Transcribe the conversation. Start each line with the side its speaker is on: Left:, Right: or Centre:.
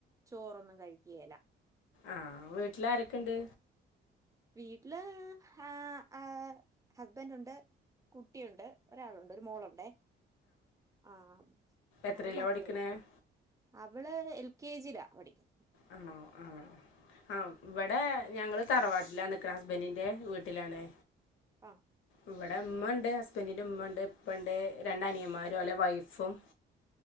Right: ചോറൊന്നും കഴിക്കുകല്ല
Left: ആഹ് വീട്ടിൽ ആരൊക്കെ ഉണ്ട്
Right: വീട്ടില് ഹാ ആ ഹസ്ബൻന്റ് ഉണ്ട് കുട്ടിയുണ്ട് ഒരാളുണ്ട് ഒരു മോളുണ്ട് ആഹ്
Left: എത്രയിലാ
Right: അവള് മാത്രമേ
Left: പഠിക്കണേ
Right: ഉള്ളൂ അവള് എൽ കെ ജിയിലാ പഠിക്കണെ
Left: ആണോ ആഹ് ആഹ് ഇവിടെ ഞങ്ങള് തറവാട്ടിലാ നിക്ക്ണെ ഹസ്ബന്റിന്റെ വീട്ടിലാണ്
Right: ആഹ്
Left: ഇവിടെ ഇമ്മ ഉണ്ട് ഹസ്ബന്റിന്റെ ഉമ്മ ഉണ്ട് ഇപ്പ ഉണ്ട് രണ്ട് അനിയൻമാരും ഓലെ വൈഫും